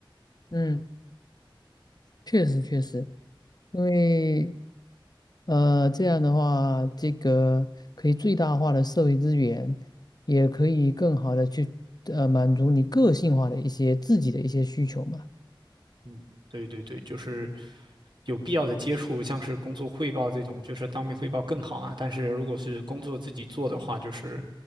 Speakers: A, on the left; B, on the right.
A: 嗯，确实确实，因为，呃，这样的话，这个可以最大化的社会资源，也可以更好的去，呃，满足你个性化的一些自己的一些需求嘛。
B: 嗯，对对对，就是有必要的接触，像是工作汇报这种，就是当面汇报更好嘛。但是如果是工作自己做的话，就是